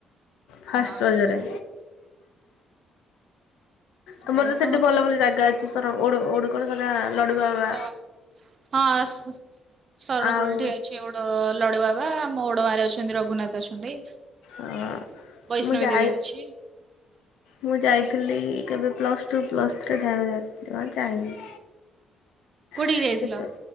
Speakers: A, on the left (about 90°); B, on the right (about 45°).
A: ଫାଷ୍ଟ୍
B: ଆଉ
A: ରଜରେ। ତମର
B: ରଜ
A: ତ
B: ଦିନ
A: ସେଠି ଭଲ ଭଲ ଜାଗା ଅଛି ସେଟା <unintelligible> ଲଡୁ ବାବା।
B: ଘର ହଁ, ସରଣ
A: ଆଉ
B: ଗୁଲ୍ଟେ ହେଇଛି ଅ ଅ, ଲଡୁବାବା ମଉଡ ମାରେ ଅଛନ୍ତି ରଘୁନାଥ ଅଛନ୍ତି।
A: ଅ
B: ବୈଷ୍ଣବି
A: ମୁଁ ଯାଇ
B: ଦେବୀ ଅଛି।
A: ମୁଁ ଯାଇଥିଲି କେବେ ପ୍ଲସ୍ ଟୁ ପ୍ଲସ ଥ୍ରୀ <unintelligible> ଯାଇନି।
B: କୋଉଠିକି
A: ସେତେ
B: ଯାଇଥିଲ?